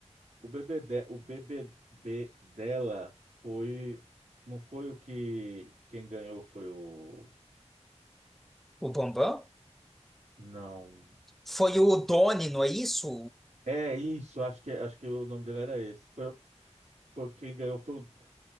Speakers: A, on the right; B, in the centre.
A: O bebê, de- o bebê be- dela foi. Não foi o que. Quem ganhou foi o.
B: o Bambam
A: Não.
B: foi o Doni, não é isso?
A: É isso, acho que, acho que o nome dele era esse. Foi, foi quem ganhou foi o